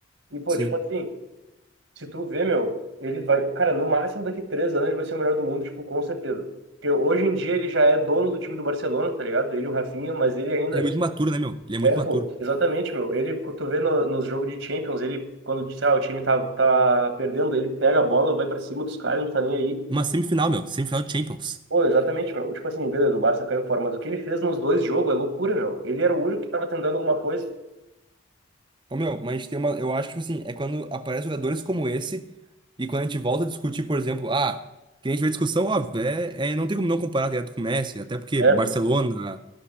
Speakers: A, on the right (about 70°); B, on the right (about 25°).
A: E, pô,
B: sim.
A: tipo assim... Se tu vê, meu, ele vai. Cara, no máximo daqui três anos ele vai ser o melhor do mundo, tipo, com certeza. Porque hoje em dia ele já é dono do time do Barcelona, tá ligado? Ele e o Rafinha, mas ele ainda.
B: Ele é muito maturo, né, meu? Ele é muito
A: É,
B: maturo.
A: pô, exatamente, meu. Ele, quando tu vê no, nos jogos de Champions, ele, quando, sei lá, o time tá, tá perdendo, ele pega a bola, vai pra cima dos caras, não tá nem aí.
B: Uma semifinal, meu. Semifinal de Champions.
A: Pô, exatamente, meu. Tipo assim, beleza, o Barça caiu fora, mas o que ele fez nos dois jogos é loucura, meu. Ele era o único que tava tentando alguma coisa.
B: Ô, meu, mas tem uma. Eu acho que, tipo assim, é quando aparecem jogadores como esse e quando a gente volta a discutir, por exemplo, ah, que a gente vê discussão, ó, é, é, não tem como não comparar, tá ligado, com o Messi, até porque
A: É,
B: Barcelona,
A: pô,